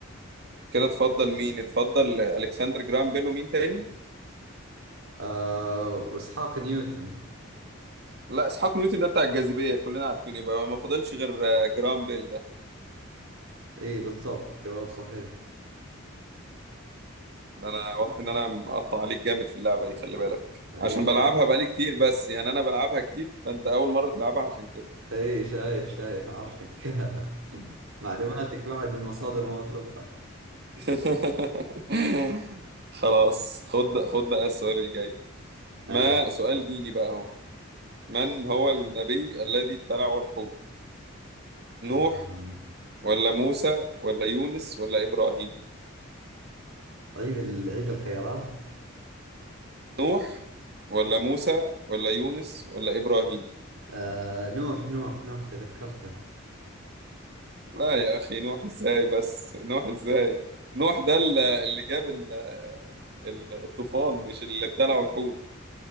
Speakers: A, on the right; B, on the right.
A: اتفضل مين اتفضل ألكسندر جرام بيل ومين تاني
B: آه واسحاق نيوتن
A: لا اسحاق نيوتن ده بتاع الجاذبيه كلنا عارفين يبقى ما فاضلش غير آه، جرام بيل ده
B: اي بالضبط جواب صحيح
A: إن انا واضح ان انا مقطع عليك جامد في اللعبه دي خلي بالك
B: اي
A: عشان بلعبها بقالي كتير بس يعني انا بلعبها كتير فانت اول مره تلعبها عشان كده
B: اي شايف شايف عارفك <laughs> معلوماتك بعد من مصادر موثوقة
A: <laughs> خلاص خد بقى خد بقى السؤال الجاي ما
B: اي
A: سؤال ديني بقى اهو من هو النبي الذي ابتلعه الحوت نوح
B: آه.
A: ولا موسى ولا يونس ولا ابراهيم
B: عيد ال... عيد الخيرات
A: نوح ولا موسى ولا يونس ولا ابراهيم
B: آه نوح نوح نوح تذكرته
A: لا يا أخي نوح إزاي بس نوح إزاي نوح ده ال- اللي جاب ال- ال- الطوفان مش اللي ابتلعوا الحوت